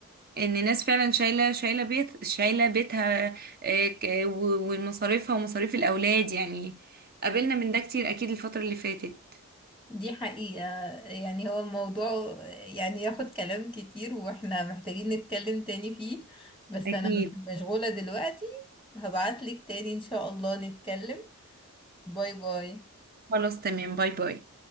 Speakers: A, on the right; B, in the centre.
A: ان ناس فعلا شايله شايله بيت شايله بيتها آه، ك- و- ومصاريفها ومصاريف الاولاد يعني قابلنا من ده كتير اكيد الفترة اللي فاتت
B: دي حقيقة يعني هو الموضوع يعني ياخد كلام كتير واحنا محتاجين نتكلم تاني فيه بس
A: اكيد
B: انا مش- مشغولة دلوقتي هبعتلك تاني ان شاء الله نتكلم باي باي
A: خلاص تمام باي باي